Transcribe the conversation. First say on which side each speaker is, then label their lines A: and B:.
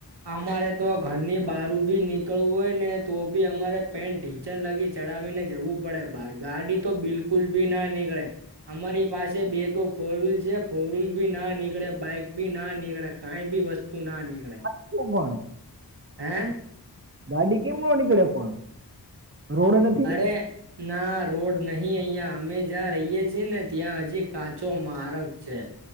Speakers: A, on the right; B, on the right.
A: અમારે તો ઘરની બારું બી નીકળવું હોયને તો બી અમારે પેન્ટ ઢીંચન લગી ચડાવીને જવું પડે બાર, ગાડી તો બિલકુલ બી ના નીકળે. અમારી પાસે બે તો ફોર વ્હીલ છે ફોર વ્હીલ ભી ના નીકળે, બાઈક ભી ના નીકળે, કઈ બી વસ્તુ ના નીકળે.
B: તોપણ.
A: હે...
B: ગાડી કેમ નો નીકળે પણ. રોડ નથી?
A: અરે... ના રોડ નહી અઇયા. અમે જ્યાં રહીએ છે ને ત્યાં હજી કાચો મારગ છે.